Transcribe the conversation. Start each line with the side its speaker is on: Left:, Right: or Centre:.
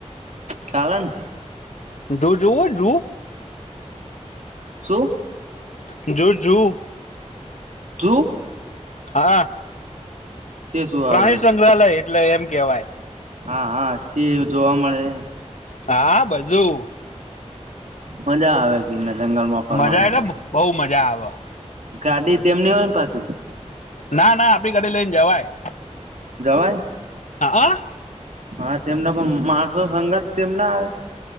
Right: ચાલ ને.
Left: જુ જોઓ જો-
Right: શું
Left: જોજુ.
Right: તું? <unintelligible>
Left: હા.
Right: તે શું
Left: પ્રાણી
Right: આવે વળી
Left: સંગ્રહાલય એટલે એમ કેહેવાય
Right: હા હા સીહ એવું જોવા મળે
Left: હા બધું
Right: મજા આવે ગીર ના જંગલ માં ફરવાની
Left: મજા એટલે
Right: તો
Left: બહુ મજા આવે
Right: ગાડી તેમની હોય ને પાછી?
Left: ના ના આપણી ગાડી લઈને જવાય
Right: જવાઈ.
Left: હા.
Right: હા તેમના પણ માણસો સંગત તેમના આવે